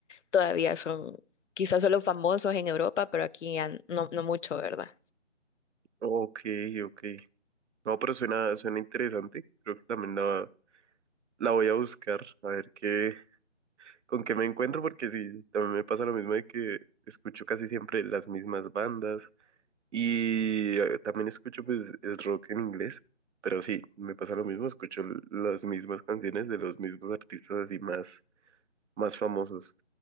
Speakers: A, on the left; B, on the right.
A: todavía son, quizás solo famosos en Europa, pero aquí ya no, no mucho, ¿verdad?
B: Ok, ok. No, pero suena, suena interesante. Creo que también la La voy a buscar, a ver qué, con qué me encuentro, porque sí, también me pasa lo mismo de que escucho casi siempre las mismas bandas y eh, también escucho pues el rock en inglés, pero sí, me pasa lo mismo, escucho l- las mismas canciones de los mismos artistas así más, más famosos.